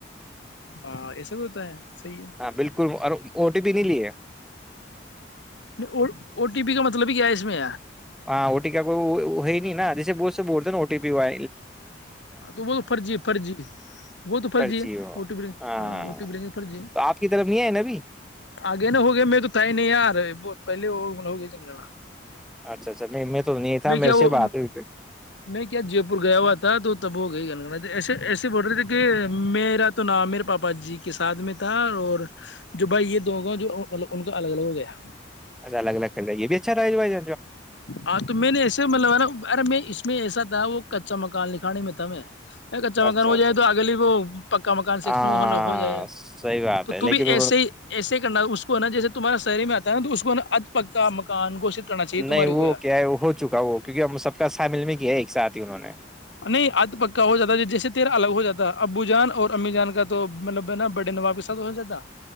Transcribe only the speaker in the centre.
ہاں بالکل اور او ٹی پی نہیں لی ہے
ہاں ا ٹی کا کوئی ہے نہیں نا جیسے بول سے بولتے نا او ٹی پی وے
پرچی
ہو
تو
آپ کی طرف نہیں آئے نا ابھی
اچھا اچھا نہیں میں تو نہیں تھا
میرے
سے بات ہوئی تھی۔
اھ الگ الگ کرھیلیے بھی اچھا رہ بائی
اچھا
اچھا
اچھا ہاں
صحیح بات
ہے لیکن
انہوں
نہیں
وہ
کیا ہے ہو چکا وہ کیونکہ سب کا سا مل میں کیا ہے ساتھھی انہوں نے